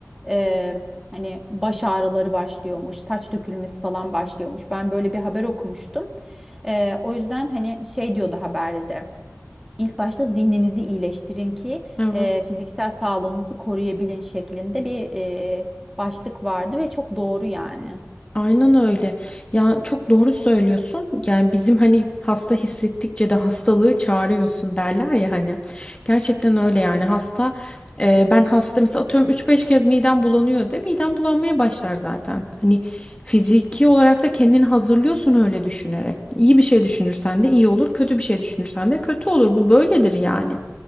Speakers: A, in the centre; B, on the left.
A: eee, hani baş ağrıları başlıyormuş, saç dökülmesi falan başlıyormuş. Ben böyle bir haber okumuştum. Eee, o yüzden hani şey diyordu haberde de. İlk başta zihninizi iyileştirin ki
B: Evet.
A: eee, fiziksel sağlığınızı koruyabilin şeklinde bir eee, başlık vardı ve çok doğru yani.
B: Aynen öyle. Ya çok doğru söylüyorsun. Yani bizim hani hasta hissettikçe de hastalığı çağırıyorsun derler ya hani. Gerçekten öyle yani hasta. e, ben hasta mesela atıyorum üç beş kez midem bulanıyor de midem bulanmaya başlar zaten. Hani fiziki olarak da kendini hazırlıyorsun öyle düşünerek. İyi bir şey düşünürsen de iyi olur, kötü bir şey düşünürsen de kötü olur. Bu böyledir yani.